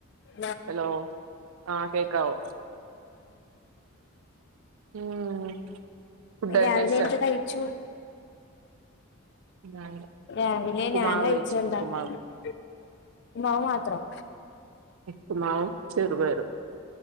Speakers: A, on the left (about 55°); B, on the right (about 85°).
A: <unintelligible>
B: Hello ആഹ് കേക്കാവോ ഉം ഫുഡൊക്കെ
A: രാവിലെ
B: കഴിച്ചോ
A: എന്ത്‌ കഴിച്ചു?
B: ഞാൻ
A: രാവിലെ
B: ഉപ്പുമാവ്
A: ഞാൻ കഴിച്ച
B: കഴിച്ചു
A: എന്താ
B: ഉപ്പുമാവ്
A: പ്പുമ്മാവ് മാത്രം
B: ഇപ്പുമാവും, ചെറുപയറും.